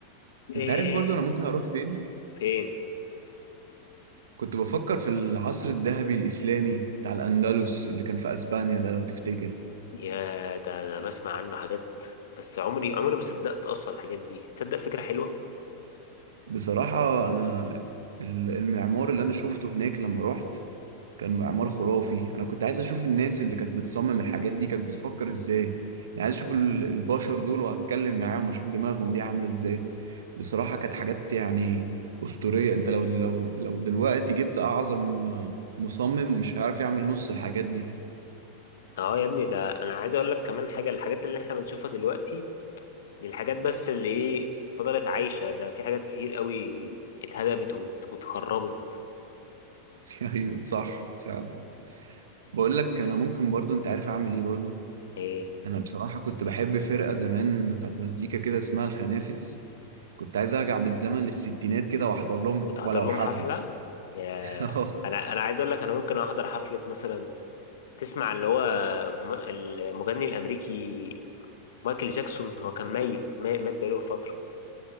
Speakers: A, on the left; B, on the right.
A: ايه
B: انت عارف برضه انا ممكن اروح فين
A: فين
B: كنت بفكر في العصر الذهبي الإسلامي بتاع الأندلس اللي كان في أسبانيا ده لو تفتكر
A: يا ده ده بسمع عنه حاجات بس عمري عمري ما صدقت اصلا الحاجات دي تصدق فكرة حلوة
B: بصراحة أنا ال- المعمار اللي أنا شفته هناك لما رحت كان معمار خرافي أنا كنت عايز أشوف الناس اللي كانت بتصمم الحاجات دي كانت بتفكر إزاي يعني عايز أشوف ال- البشر دول وأتكلم معاهم وأشوف دماغهم دي عاملة إزاي بصراحة كانت حاجات يعني أسطورية أنت لو لو لو دلوقتي جبت أعظم مصمم مش هيعرف يعمل نص الحاجات دي
A: اه يا ابني ده انا عايز اقول لك كمان حاجة الحاجات اللي احنا بنشوفها دلوقتي دي الحاجات بس اللي ايه فضلت عايشة ده في حاجات كتير قوي اتهدمت وت- واتخربت
B: <laughs> أيوه صح فعلا بقول لك انا ممكن برضو انت عارف اعمل ايه برضو
A: ايه
B: انا بصراحه كنت بحب فرقه زمان بتاعت مزيكا كده اسمها الخنافس كنت عايز ارجع بالزمن للستينات كده واحضر لهم
A: وتحضر
B: ولو
A: لهم
B: حفله
A: حفلة يا
B: <laughs> اه
A: انا انا عايز اقول لك انا ممكن احضر حفلة مثلا تسمع اللي هو م- المغني الامريكي مايكل جاكسون هو كان ميت ما- مات بقاله فترة